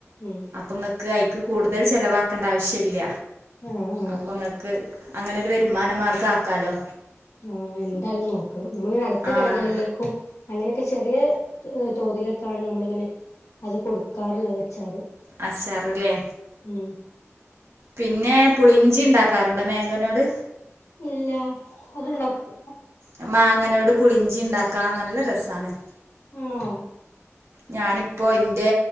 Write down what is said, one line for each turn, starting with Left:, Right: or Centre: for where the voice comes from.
Left: ഉം
Right: അപ്പങ്ങക്ക് ഐക്ക് കൂടുതൽ ചെലവാക്കണ്ട ആവശ്യല്ല.
Left: ആഹ്.
Right: അപ്പങ്ങക്ക് അങ്ങനൊര് വരുമാന മാർഗാക്കാലോ.
Left: ആ എൻ്റയലും നോക്കണം നമ്മള്ങ്ങനെ അട്ത്ത
Right: ആഹ്
Left: കടകളിലേക്കും അങ്ങനൊക്കെ ചെറ്യേ. ര് തോതിലൊക്കാണ് നമ്മള്ങ്ങനെ അത് കൊടുക്കാറുള്ളത് അച്ചാറ്.
Right: അച്ചാറ് ലേ.
Left: ഉം.
Right: പിന്നെ പുളിഞ്ചിണ്ടാക്കാറ്ണ്ടോ മേങ്കോനോട്.
Left: ഇല്ല അത്ണ്ടാക്കു
Right: അ മാങ്ങനോട് പുളിഞ്ചിണ്ടാക്കാ നല്ല രസാണ്.
Left: ആണോ.
Right: ഞാന്പ്പോ ഇന്റെ.